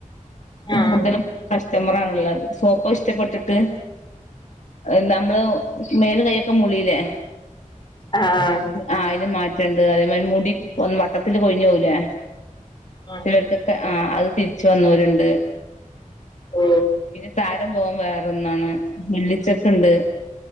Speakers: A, on the left; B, on the left.
A: വിക്കുന്ന
B: ആ
A: കൂടലും കസ്റ്റമറ ആണുള്ളത് സോപ്പ് ഇഷ്ടപ്പെട്ടിട്ട്. കെ ആയ്ല് നമ്മള് മേല് കയൊക്കെ മുളില്ലേ
B: ആഹ്
A: ആ അയ്‌ന് മാറ്റണ്ട് അതേമാരി മുടി ഒ വട്ടത്തിൽ കൊഴിഞ്ഞു പോകുലേ
B: ആ ആ.
A: ചിലർക്കൊക്കെ ആ അത് തിരിച്ച് വന്നോര്ണ്ട്
B: ഓ
A: പിന്നെ ത രാപോവൻ വേറൊന്നാണ് മുല്ലിച്ചെക്ക്ണ്ട്